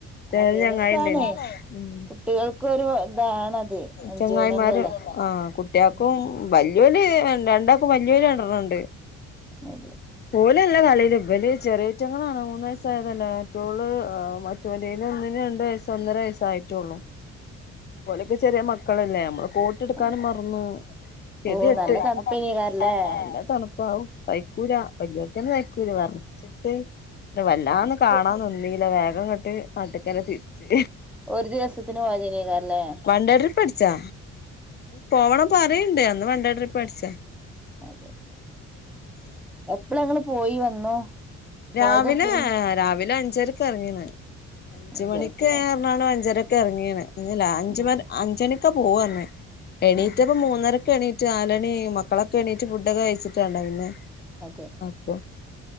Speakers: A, on the left; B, in the centre.
A: വേറെ
B: അതെ
A: ചങ്ങായിണ്ടെർന്നു
B: രസാണ്
A: ഉം
B: കുട്ടികൾക്കൊരു ഇതാണത് എൻജോയ്മെന്റ്
A: ചെങ്ങായിമാരും
B: അല്ലേ
A: ആ കുട്ടിയാക്കും
B: ഉം
A: വല്ല്യോല് രണ്ടാക്കും വല്ല്യന് രണ്ടെണ്ണം ണ്ട്.
B: അതേ
A: ഒല്നല്ല കളീല് ഇമ്പല് ചെറീറ്റങ്ങളാണ് മൂന്നു വയസ്സായതല്ലെ മറ്റോള് ആ മ മറ്റോന്റേന് ഒന്നിന് രണ്ട് വയസ്സ് ഒന്നര വയസ്സായിട്ടേള്ളൂ. ഒലൊക്കെ ചെറിയ മക്കളല്ലേ നമ്മള് കോ ട്ടെടുക്കാനും
B: അതെ
A: മറന്നൂ കെതെട്ട്
B: ഓ നല്ല
A: നല്ല
B: തണുപ്പേനീകാരല്ലേ
A: തണുപ്പാ ഹാവൂ സയ്ക്കൂലാ വെല്ല്യോര്ക്കെന്നെ വയ്ക്കൂല വെറച്ചിട്ട് പിന്നെ വല്ലാന്ന്
B: ഇപ്പൊ
A: കാണാൻന്നിന്നീല്ല വേഗങ്ങട്ട് നാട്ട്ക്കന്നെ തിരിച്ച്
B: ഒരു ദിവസത്തിന് പോയതെയ്കക്കാരല്ലേ?
A: വണ്ടെ ട്രിപ്പടിച്ചാ പോവണ പറയണ്ടേ അന്ന് വണ്ടേ ട്രിപ്പ് അടിച്ചെ
B: അതെ എപ്പള ങ്ങള് പോയി വന്നു?
A: രാവിലെ
B: പോയത് എപ്പളേനി
A: രാവിലെ അഞ്ചരക്ക് ഇറങ്ങീണ് അഞ്ചുമണിക്ക്
B: അഞ്ചരക്കല്ലേ
A: എറങ്ങാണ്റഞ്ഞു അഞ്ചരക്കെറങ്ങിയണ് ന്നാല് അ അഞ്ച
B: ഉം
A: അഞ്ച് മണിക്കെ പോവാ ന്നെ. എണീറ്റപ്പ
B: ഉം
A: മൂന്നരക്കെണീറ്റ് നാലണിആയി മക്കളൊക്കെ എണീറ്റ് ഫുഡൊക്കെ കഴിച്ചിട്ട് വേണ്ടേ പിന്നെ
B: അതെ.
A: <unintelligible>